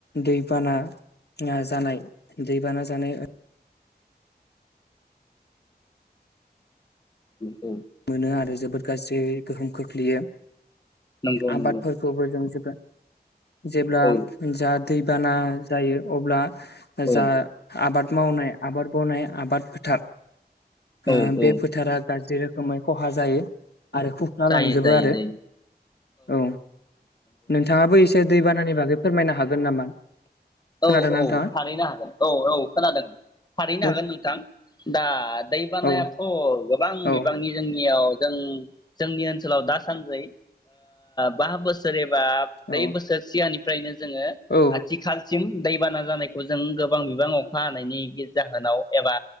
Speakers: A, on the left; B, on the left.
A: दैबाना जानाय दैबाना जानाय ओ
B: औ औ
A: मोनो आरो जोब फोर गासिब ओ गोहोम खोख्लैयो
B: नंगौ
A: आबादफोरखौबो
B: नंगौ औ
A: जों जोबोद जेब्ला
B: औ
A: जा दैबाना जायो अब्ला
B: औ
A: जा आबाद मावनाय आबाद मावनाय आबाद फोथार ओ
B: औ
A: बे
B: औ
A: फोथारा गाज्रि रोखोम गोमै खहा जायो आरो खुफ्ला
B: जायो
A: लांजोबो
B: जायो
A: आरो
B: जायो
A: औ नोंथाङाबो एसे दैबानानि बागै फोरमायनो हागोन नामा खोनादों
B: औ
A: नोंथाङा?
B: औ थारैनो हागोन औ औ खोनादों थारैनो
A: औ
B: हागोन नोंथां दा दै बानायाथ'
A: औ
B: गोबां गोबां
A: औ
B: बिबांनि जों याव जों जोंनि ओनसोलाव दा सानजै बा बोसोरे बा
A: औ
B: ब्रै बोसोर सिगांनि फ्रायनो जोङो
A: औ
B: आथिखाल दैबाना जानायखौ जों गोबां बिबां अखा हानायनि जाहोनाव एबा